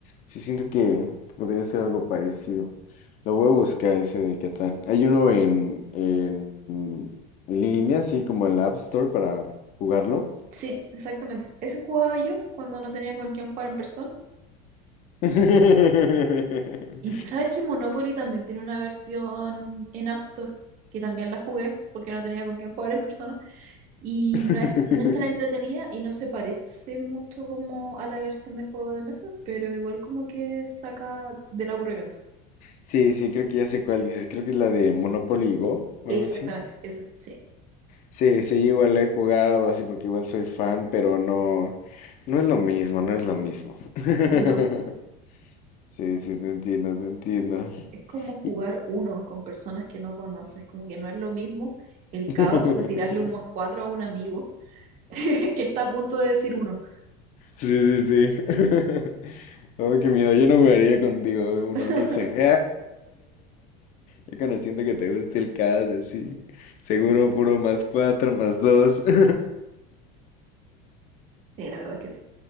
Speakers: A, on the left; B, on the right.
A: Sí siento que podría ser algo parecido. Lo voy a buscar ese de Catán. Hay uno en, en, en línea, así como en la App Store para jugarlo.
B: Sí, exactamente. Ese jugaba yo cuando no tenía con quién jugar en persona.
A: <laughs>
B: Y t- sabes que Monopoly también tiene una versión en App Store, que también la jugué porque no tenía con quién jugar en persona. Y
A: <laughs>
B: no es, no es tan entretenida y no se parece mucho como a la versión de juego de mesa, pero igual como que saca del aburrimiento.
A: Sí, sí, creo que ya sé cuál dices. Creo que es la de Monopoly Go o
B: Exactamente,
A: algo así.
B: esa, sí.
A: Sí, sí, yo igual he jugado, así porque igual soy fan, pero no, no es lo mismo, no es lo mismo. <laughs>
B: No.
A: Sí, sí, te entiendo, te entiendo.
B: es como jugar
A: Y-
B: uno con personas que no conoces, como que no es lo mismo el
A: <laughs>
B: caos de tirarle un más cuatro a un amigo <laughs> que está a punto de decir uno.
A: Sí, sí, sí. <laughs> Oh, qué miedo, yo no jugaría contigo uno,
B: <laughs>
A: no sé. <laughs> Ya conociendo que te gusta el caso, así. Seguro puro más cuatro, más dos. <laughs>
B: Sí, la verdad es que sí.